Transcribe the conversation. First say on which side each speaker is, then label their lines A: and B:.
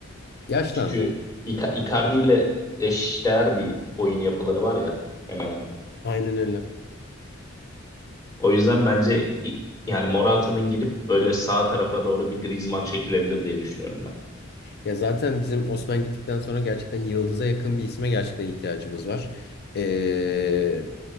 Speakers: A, on the left; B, on the left.
A: Yaşlandı.
B: Çünkü Ica- Icardi ile eşdeğer bir oyun yapıları var ya hemen hemen.
A: Aynen öyle.
B: O yüzden bence i- yani Morata'nın gidip böyle sağ tarafa doğru bir Griezmann çekilebilir diye düşünüyorum ben.
A: Ya zaten bizim Osman gittikten sonra gerçekten yıldıza yakın bir isme gerçekten ihtiyacımız var. Ee,